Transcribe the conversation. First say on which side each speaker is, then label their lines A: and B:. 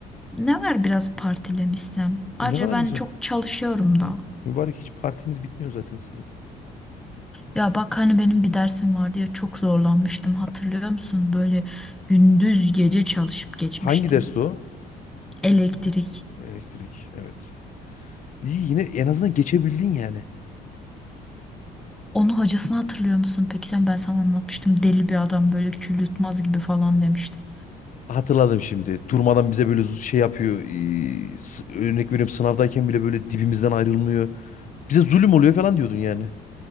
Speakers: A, in the centre; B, on the left.
A: ne var biraz partilemişsem. Ayrıca
B: E, ne kadar
A: ben
B: güzel.
A: çok çalışıyorum da.
B: Mübarek hiç partiniz bitmiyor zaten sizin.
A: Ya bak hani benim bir dersim vardı ya çok zorlanmıştım hatırlıyor musun? Böyle gündüz gece çalışıp geçmiştim.
B: Hangi dersti o?
A: Elektrik.
B: Elektrik, evet. İyi yine en azından geçebildin yani.
A: Onu hocasını hatırlıyor musun? Peki sen ben sana anlatmıştım. Deli bir adam böyle kül yutmaz gibi falan demiştim.
B: Hatırladım şimdi. Durmadan bize böyle zu- şey yapıyor. ee, s- Örnek veriyorum sınavdayken bile böyle dibimizden ayrılmıyor. Bize zulüm oluyor falan diyordun yani.